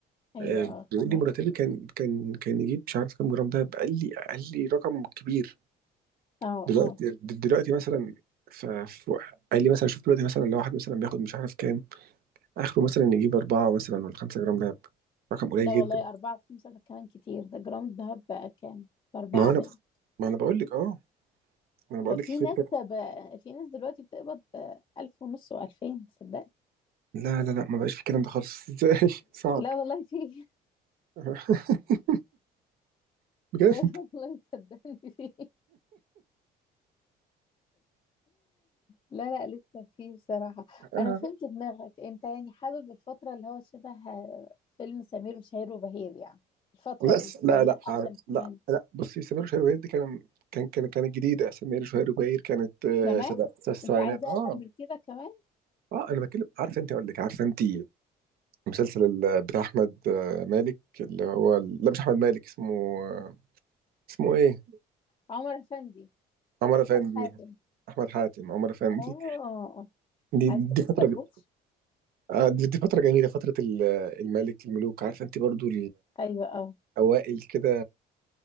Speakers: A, on the left; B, on the right.
A: ايوه
B: آه،
A: اه
B: بيقول
A: تمام
B: لي مرتبي كان كان كان يجيب مش عارف كام جرام ده قال لي قال لي رقم كبير
A: اه
B: دلوقتي
A: اه
B: دلوقتي مثلا ف ف- قال لي مثلا شوف دلوقتي مثلا لو واحد مثلا بياخد مش عارف كام اخره مثلا يجيب أربعة مثلا ولا خمسة جرام دهب رقم قليل
A: لا
B: جدا
A: والله أربعة وخمسة ده كمان كتير ده جرام الذهب بقى كام بأربعة
B: ما انا
A: باين
B: ما انا بقول لك اه ما انا بقول لك
A: في
B: الفكره
A: ناس بقى في ناس دلوقتي بتقبض ألف ونص وألفين صدقني
B: لا لا لا ما بقاش في الكلام ده خالص <laughs> ازاي صعب
A: لا والله في <laughs>
B: <laughs> بجد
A: لا لا والله صدقني في لا لا لسه فيه بصراحة
B: آه.
A: أنا فهمت دماغك أنت يعني حابب الفترة اللي هو شبه فيلم سمير وشهير وبهير يعني الفترة
B: لا
A: دي
B: لا
A: ولا
B: لا
A: أقدم
B: آه، لا
A: كمان
B: لا بصي سمير وشهير وبهير دي كان كان كان كانت جديده سمير وشهير وبهير كانت آه،
A: كمان
B: سبع- السبعينات
A: أنت عايز أقدم
B: اه
A: من كده كمان
B: اه انا بتكلم عارفه انت اقول لك عارفه انت المسلسل ال- بتاع احمد آه، مالك اللي هو ال- لا مش احمد مالك اسمه آه، اسمه ايه
A: عمر أفندي
B: عمر
A: أحمد
B: افندي
A: حاتم
B: احمد حاتم عمر افندي
A: آه
B: دي
A: عايز تلبس
B: دي فتره
A: طربوش
B: ج- آه، دي, دي فتره جميله فتره ال- الملك الملوك عارفه انت برضو
A: أيوه أه
B: الاوائل كده